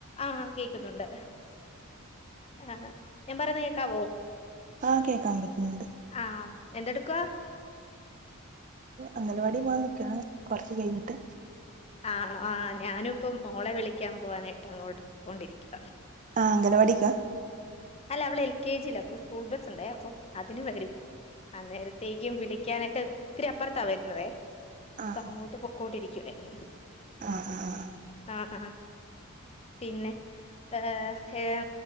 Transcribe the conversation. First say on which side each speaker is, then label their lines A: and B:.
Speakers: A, on the left (about 30°); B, on the right (about 35°).
A: ആ കേക്കുന്നുണ്ട് ആ ഞാൻ പറയുന്ന കേക്കാവോ
B: ആ കേക്കാൻ പറ്റ്ണ് ണ്ട്
A: ആഹ് എന്തെടുക്കുവാ
B: അംഗലവാടി പോവാൻ നിക്കാണ് കൊറച്ച് കഴിഞ്ഞിട്ട്
A: ആണോ ആ ഞാന് ഇപ്പം മോളെ വിളിക്കാൻ പോവാനായിട്ട് അങ്ങോട്ട് പോക്കോണ്ടിരിക്കാ
B: ആ അംഗലവാടിക്കാ
A: അല്ല അവള് എൽ കെ ജി ലാ അപ്പൊ സ്കൂൾ ബസ്സ് ഉണ്ടേ അപ്പൊ അതിന് വരും ആ നേരത്തേക്കും വിളിക്കാനായിട്ട് ഒത്തിരി അപ്പുറത്താ വരുന്നതേ
B: ആഹ്
A: അപ്പൊ അങ്ങോട്ട് പൊക്കോണ്ടിരിക്കുവായിരുന്നു
B: ആഹ് ആഹ് ആഹ്
A: ആ ആ പിന്നെ ഏ ഏ